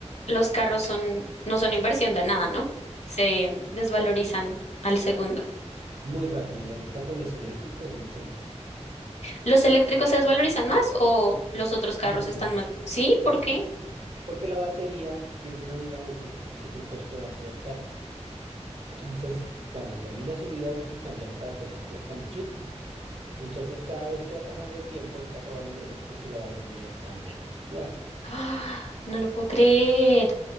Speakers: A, on the left (about 70°); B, on the right (about 55°).
A: los carros son, no son inversión de nada, ¿no? Se desvalorizan al segundo.
B: muy rápido y ahorita con los eléctricos mucho más,
A: ¿Los eléctricos se desvalorizan más o los otros carros
B: mucho
A: están
B: más.
A: más? Sí, ¿por
B: No,
A: qué? <gasps>
B: sí. Porque la batería tiene una vida útil y es un costo alto del carro. Entonces, cuando termina su vida útil, cambiar esa batería cuesta muchísimo. Entonces, cada vez que va pasando el tiempo, el carro vale menos porque la batería está menos nueva.
A: Ah, no lo puedo creer.